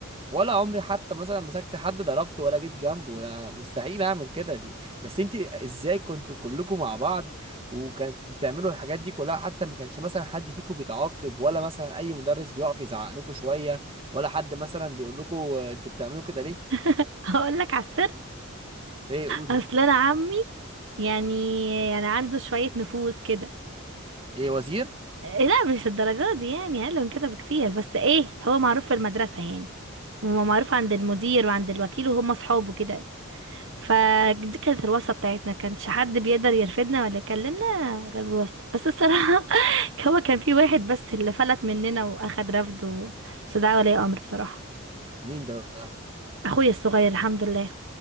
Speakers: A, on the right (about 25°); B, on the right (about 60°).
A: ولا عمري حتى مثلا مسكت حد ضربته ولا جيت جنبه ولا مستحيل اعمل كده دي بس انت ازاي كنتوا كلكم مع بعض وكنتوا بتعملوا الحاجات دي كلها حتى ما كانش مثلا حد فيكم بيتعاقب ولا مثلا اي مدرس بيقف يزعق لكم شويه ولا حد مثلا بيقول لكم آه، انتوا بتعملوا كده ليه
B: <laughs> هقول لك على السر
A: ايه قولي
B: اصل انا عمي يعني يعني عنده شويه نفوذ كده
A: ايه وزير
B: إيه لا مش الدرجات دي يعني اقل من كده بكتير بس ايه هو معروف في المدرسه يعني هو معروف عند المدير وعند الوكيل وهم اصحابه كده فدي كانت الواسطه بتاعتنا كانش حد بيقدر يرفدنا ولا يكلمنا غير بالواسطه بس الصراحه <laughs> هو كان في واحد بس اللي فلت مننا واخد رفض و- بس ده ولي امر بصراحه
A: مين ده بقى
B: اخويا الصغير الحمد لله